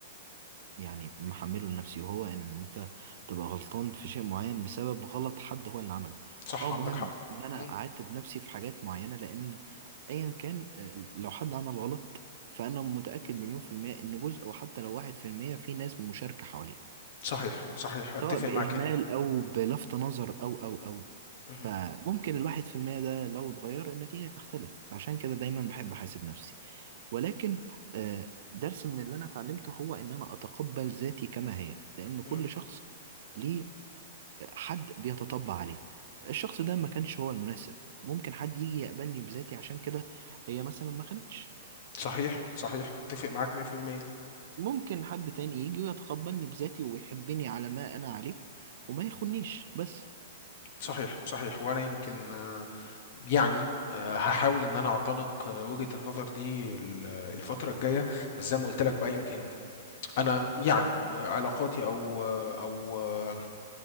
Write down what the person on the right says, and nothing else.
يعني محمله لنفسي وهو ان انت تبقى غلطان في شيء معين بسبب غلط حد هو اللي عمله
اه
مهم
ان انا
اعاتب نفسي في حاجات معينة لان ايا كان آه، لو حد عمل غلط فانا متأكد مليون في المية ان جزء وحتى لو واحد في المية في ناس مشاركة حواليه
سواء بإهمال
أو بلفت نظر أو أو أو
فممكن الواحد في المية ده لو اتغير النتيجة تختلف عشان كده دايما بحب أحاسب نفسي ولكن آه، درس من اللي أنا اتعلمته هو إن أنا أتقبل ذاتي كما هي لأن كل
شخص ليه حد بيتطبع عليه الشخص ده ما كانش هو المناسب ممكن حد يجي يقبلني بذاتي عشان كده هي مثلا ما خلتش
فممكن حد تاني يجي ويتقبلني بذاتي ويحبني على ما أنا عليه وما يخنيش بس